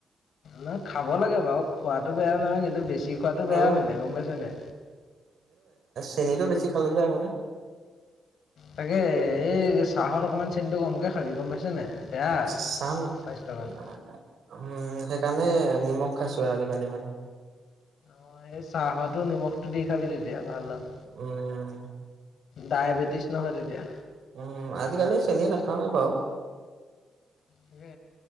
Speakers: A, on the left; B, on the right.
A: নহ খাব লাগে বাৰু খোৱাাতটো বেয়া নহয় কিন্তু বেছি শিখোৱাাতটো বেয়া
B: আৰু
A: মান নে গম পাইছনেে
B: চেনিীটো বেছি খালো যায় ম
A: তাকে এই চাহত অকমান চেনতটো গম কেে খাবি গম পাইছ নাই বেয়া
B: চান উম
A: স্বাস্থ্যৰ কাৰণে।
B: সেইকাৰণে নিমখ খাইছো আজিকালি মানে
A: অ সেই চাহো নিমখতটো দি খাবি তেতিয়া ভাল আৰু
B: উম
A: ডায়েবেটিছ নহয় তেতিয়া।
B: উম আজিকালি চেনিী নাখাওৱে বাৰু
A: তে